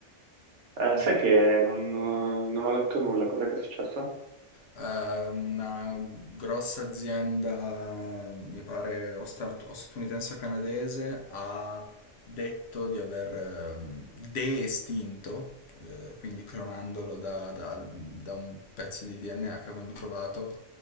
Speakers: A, on the right (about 75°); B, on the left (about 65°).
A: Eh, sai che non, non ho letto nulla, cos'è che è successo?
B: eh, una grossa azienda, mi pare, o, stat- o statunitense o canadese, ha detto di aver ehm, de-estinto, eh, quindi clonandolo da, da- da un pezzo di DNA che avevano trovato,